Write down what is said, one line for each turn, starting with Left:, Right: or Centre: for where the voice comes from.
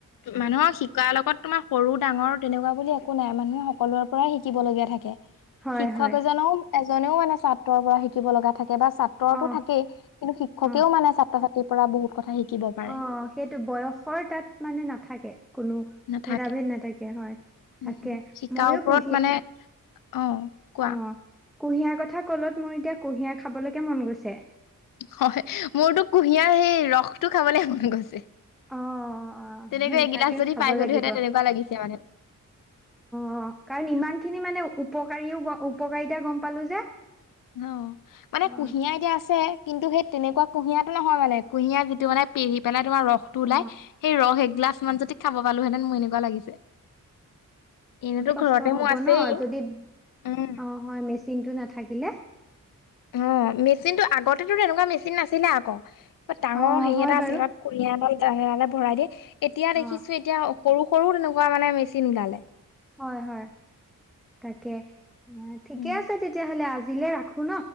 Left: মানুহক শিক শিকাৰ লগত তোমাৰ সৰু, ডাঙৰ তেনেকুৱা বুলি একো নাই, মানুহে সকলোৰে পৰাই শিকিব লগীয়া থাকে।
Centre: হয়
Left: শিক্ষক
Centre: হয়
Left: এজনে এজনেও মানে ছাত্ৰৰ পৰা শিকিব লগা থাকে বা ছা ৰতো
Centre: অ
Left: থাকেই কিন্তু শিক্ষকেও
Centre: অ
Left: মানে ছাত্ৰ-ছাত্ৰীৰ পৰা বহুত কথা শিকিব পাৰে।
Centre: অ সেইটো বয়সৰ তাত মানে নাথাকে কোনো।
Left: নাথাকে।
Centre: ভেদা ভেদ নাথাকে হয়,
Left: উম
Centre: তাকে
Left: শিকাৰ
Centre: ময়ো
Left: ওপৰত
Centre: কুহি
Left: মানে অ কোৱা।
Centre: অ কুঁহিয়াৰ কথা কলত মোৰ এতিয়া কুঁহিয়াৰ খাবলৈকে মন গৈছে।
Left: হয়, মোৰতো কুঁহিয়াৰ সেই ৰসটো খাবলে মন গৈছে।
Centre: অ অ
Left: তেনেকৈ এগিলাচ
Centre: তাকে
Left: যদি
Centre: খাব
Left: পাই গ'লো
Centre: লাগিব
Left: হেঁতেন তেনেকুৱা লাগিছে মানে।
Centre: অ, কাৰণ ইমান খিনি মানে উপকাৰীও উপকাৰিতা গম পালো যে।
Left: ন মানে
Centre: অ
Left: কুঁহিয়াৰ এতিয়া আছে, কিন্তু সেই তেনেকুৱা কুঁহিয়াৰটো নহয় মানে কুঁহিয়াৰ যিটো মানে পেৰি পেলাই তোমাৰ ৰসটো
Centre: অ
Left: ওলাই, সেই ৰস এগিলাছ মান যদি খাব পালোহেঁতেন মোৰ এনেকুৱা লাগিছে। এনেতো
Centre: কষ্ট
Left: ঘৰতে
Centre: হব
Left: মোৰ আছেই,
Centre: ন যদি
Left: উম।
Centre: অ হয় মেচিন টো নাথাকিলে,
Left: অ', মেচিনতটো আগতেটো তেনেকুৱা মেচিন নাছিলে আকৌ। ডাঙৰ
Centre: অ
Left: হেৰি
Centre: হয়
Left: এটা
Centre: বাৰু
Left: আছিলে তাত কুহিয়াৰ এডাল সেয়াহে ভৰাই দিয়ে, এতিয়া
Centre: অ
Left: দেখিছোঁ এতিয়া সৰু-সৰু তেনেকুৱা মানে মেচিন ওলালে।
Centre: হয়, হয়, তাকে। অ', ঠিকে
Left: উম
Centre: আছে তেতিয়াহলে আজিলে ৰাখোঁ ন।